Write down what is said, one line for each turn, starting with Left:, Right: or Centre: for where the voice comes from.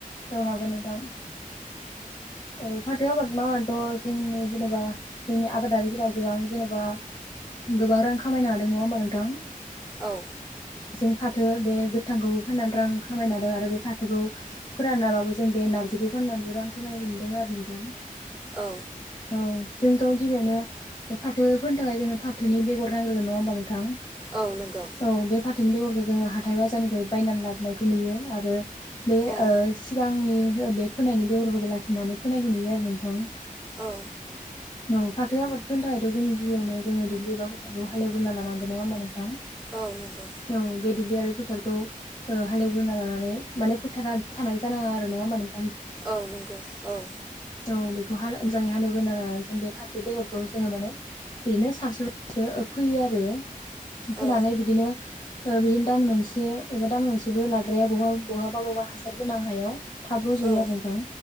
Left: औ हागोन नोंथां। ओ फाथो आबाद मावनानैथ' जोंनि जेनेबा जोंनि आबादारिफोरा गोबां जेन'बा गोबां रां खामायनो हादों नङा होमबा नोंथां?
Centre: औ।
Left: जों फाथो बे गोथांखौबो फाननानै रां खामायनादों आरो बे फाथोखौ फोरानाबाबो जों बे नारजिखौ फाननानैबो रां खामायनो मोनदों आरो नोंथां।
Centre: औ।
Left: औ जोंथ' गिबियावनो फाथो फोनो थाखाय जोंनो फाथोनि बेगर नांग्रोगोन नङा होमबा नोंथां?
Centre: औ नोंगौ।
Left: औ बे फाथोनि बेगरखौ जोङो हाथाय बाजारनिफ्राय बायनानै लाबोनायखौ नुयो आरो बे
Centre: औ
Left: ओ सिगांनि बे फोनायनि बेगरखौबो लाखिनानै फोनायखौ नुयो आरो नोंथां।
Centre: औ।
Left: औ फाथो आबाद फोनो थाखायथ' जों गिबियावनो जोङो दुब्लिबाबो खौ हालेवग्रोना लानांगोन नङा होमबा नोंथां?
Centre: औ नंगौ।
Left: औ बे दुब्लि आरो फोथारखौ ओ हालेवग्रोना लानानै माने फोथारा थानाय जानाङा आरो नङा होमबा नों
Centre: औ नंगौ औ।
Left: औ बेखौहा मोजाङै हालेवग्रोना लाना जों बे फाथो बेगरखौ जोङो माने बिनो सारस्र'सो फोयो आरो फोनानै
Centre: औ
Left: बिदिनो ओ बिदिनो दान मोनसे एबा दान मोनसेबो लाद्राया बहाबा बहाबा बबा हासार गोनां हायाव। थाब रज'यो
Centre: औ
Left: आरो नोंथां।